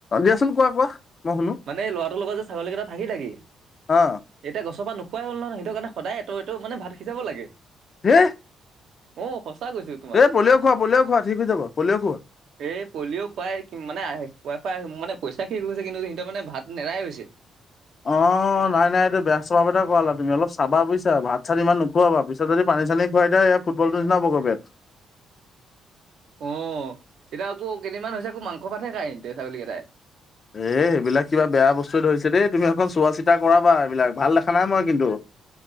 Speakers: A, on the left; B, on the right.
A: দিয়াচোন কোৱা কোৱা মই শুনো
B: মানে লৰাটোৰ লগত যে ছাগলী কেইটা থাকি থাকি
A: অ
B: এতিয়া গছৰ পৰা নোখোৱাই হ'ল নহয়, সেইটো কাৰণে সদায় এইটো মানে ভাত সিজাব লাগে।
A: হা?
B: অ' সঁচা কৈছো। তোমাক।
A: এই পলি' খওোৱা, পলিও খোৱা ঠিক হৈ যাব পলিও খওোৱা।
B: এই পলিঅ' খুৱাই মানে, আহ খুৱাই খুৱাই মানে, পইচা শেষ গৈছে কিন্তু সিহঁৰ মানে ভাত নেৰাই গৈ হৈছে।
A: অ', নাই নাই এইটো বেয়া চভাৱ এটা কৰালা তুমি অলপ চাবা বুইছা ভাত চাত ইমান নোখোৱা পিছত যদি পানী চানী খুৱাই দেয়া ফুবলটো নিনাব কৰবাত।
B: অ' এতিয়া আকৌ কেইদিনমান হৈছে, আকৌ মাংস পাতহে কতে ছাগলী কেইটাই।
A: এ সেইবিলাক কিবা বেয়া বস্তুৱয়ে ধৰিছে দেই, তুমি একখন চোৱা চিতা কৰাবা এইবিলাক ভাল দেখা নাই মই কিন্তু।